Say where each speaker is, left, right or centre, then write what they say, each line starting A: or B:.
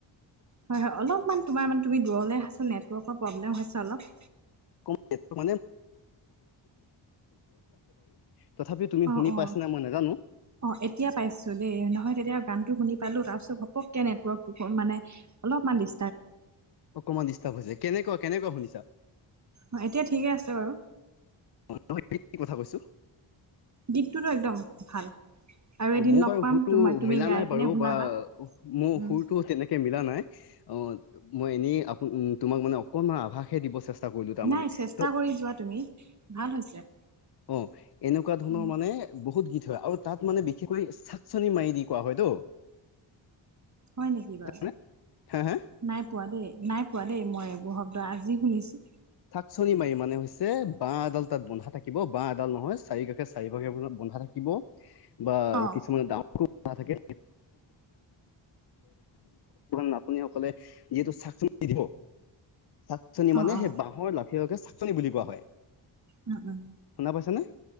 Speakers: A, on the right; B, on the left.
A: হয়, হয় অলপমান তোমাৰ মানে তুমি দূৰলৈ আহাচুন নেটৱৰ্কৰ প্ৰব্লেম হৈছে অলপ।
B: <unintelligible> তথাপি তুমি
A: অ',
B: শুনি
A: অ'।
B: পাইছা নে! মই নাজানো।
A: অ, এতিয়া পাইছো দেই নহয় তেতিয়া গানতো শুনি পালো তাৰপিছত ঘপকে নেটৱৰ্কটো মানে অলপমান দিছ
B: অকণমান ডিষ্টাৰ্ব হৈছে! কেনেকুৱা কেনেকুৱা শুনিছা?
A: ভাইটিয়ে ঠিকে আছে বাৰু
B: নহয় নহয় কি কথা কৈছো
A: দ্বীপটোতো একদম ভাল আৰু
B: অ
A: এদিন
B: মোৰ
A: লগ
B: বাৰু
A: পাম
B: সুৰতো
A: তোমাৰ তুমি
B: মিলা
A: গাই
B: নাই
A: পিনে
B: বাৰু
A: শুনাবা।
B: বা মোৰ
A: উম,
B: সুৰতো তেনে কে নাই অ মই এনেই আ তোমাক মানে অকমাণ আভ্য দিব চেষ্টা কৰিলো তাৰমানে
A: নাই চেষ্টা
B: ত
A: কৰি যোৱা তুমি ভাল হৈছে
B: অহ এনেকুৱা ধৰণৰ
A: উম,
B: মানে বহুত গীত হয় আৰু তাত মানে বিশেষকৈ চাকচনি মাৰি দি গোৱা হয় তো
A: হয় নেকি বাৰু
B: নে হা হা
A: নাই পোৱা দেই নাই পোৱা দেই মইবোৰ শব্দ আজি শুনিছোঁ
B: চাকচনি মাৰি মানে হৈছে বাঁহ এডাল তাত বন্ধা থাকিব বাঁহ এডাল নহয় চাৰি কাষে চাৰি কাষে বন্ধা থাকিব বা
A: অ',
B: কিছুমানে ডাঙৰকো বন্ধা থাকে নাটনি সকলে <unintelligible> যিহেতু চাকচনি দি দিব চাকচনি
A: অ',
B: মানে
A: অ'।
B: সেই বাঁহৰ লাঠী ডালক চাকচনি বুলি কোৱা হয়
A: উম, উম,
B: শুনা পাইছা নে